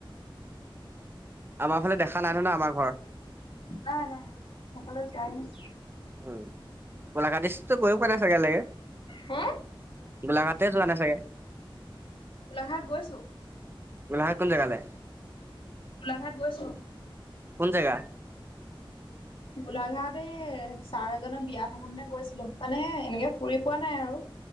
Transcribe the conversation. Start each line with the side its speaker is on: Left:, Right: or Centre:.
Right: আমাৰ ফালে দেখা নাই নে ন, আমাৰ ঘৰ।
Left: না নাই হেফালো যোয়ই নাই।
Right: উ, গোলাঘাটষ্টতো গৈ পোৱা নাই চাগে ইৱালৈকে।
Left: হে
Right: গোলাঘাট যোৱানে চাগে?
Left: গোলাঘাট গৈছো
Right: গোলাঘাত, কোন জেগালে?
Left: গোলাঘাত গৈছোঁ।
Right: কোন জেগা?
Left: গোলাঘাট এই ছাৰ এজনক বিয়া থাকোতে গৈছিলোঁ, মানে এনেকে ফুৰি পোৱা নাই আৰু।